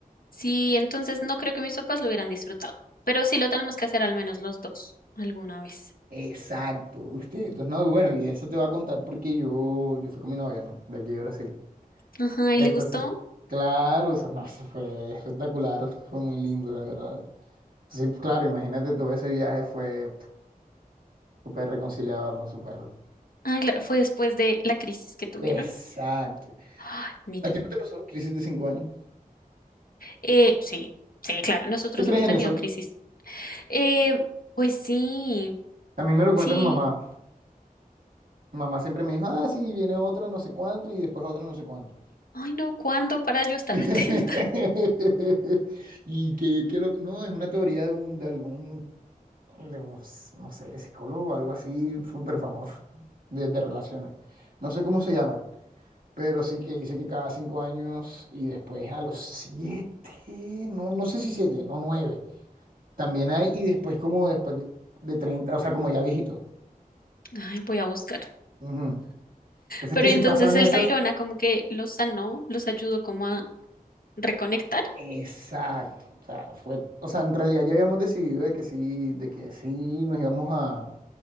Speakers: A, on the left; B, on the right.
A: Sí, entonces no creo que mis papás lo hubieran disfrutado, pero sí lo tenemos que hacer al menos los dos alguna vez.
B: Exacto, usted. Entonces, no, bueno, y eso te va a contar porque yo, yo fui con mi novia, ¿no? De aquí de Brasil.
A: Ajá,
B: Entonces,
A: ¿y le gustó?
B: claro, o sea, no, eso fue espectacular, fue muy lindo, de verdad. Entonces, claro, imagínate, todo ese viaje fue pf, súper reconciliador, ¿no? Súper...
A: Ah, claro, fue después de la crisis que tuvieron.
B: Exacto.
A: Ay, mira,
B: ¿A ti no te pasó crisis de cinco años?
A: eh, sí, sí, claro, nosotros
B: ¿Sí crees
A: hemos
B: en
A: tenido
B: eso?
A: crisis. Eh, pues sí,
B: A mí me lo cuenta
A: sí.
B: mi mamá. Mi mamá siempre me dijo, ah, sí, viene otra no sé cuánto y después otra no sé cuánto.
A: Ay, no, ¿cuándo para yo estar
B: <laughs>
A: <laughs> atenta?
B: Y que, que lo, no, es una teoría de, un, de algún, de un, no sé, psicólogo o algo así súper famoso de, de relaciones. No sé cómo se llama, pero sí que dice que cada cinco años y después a los siete, no, no sé si siete, no nueve, también hay y después como después de, de 30, o sea, como ya viejitos.
A: Ay, voy a buscar.
B: Ujú. Entonces
A: Pero
B: que
A: entonces
B: si pasan
A: el
B: esas...
A: tayrona como que los sanó, los ayudó como a reconectar.
B: Exacto. O sea, fue, o sea, en realidad ya habíamos decidido de que sí, de que sí nos íbamos a,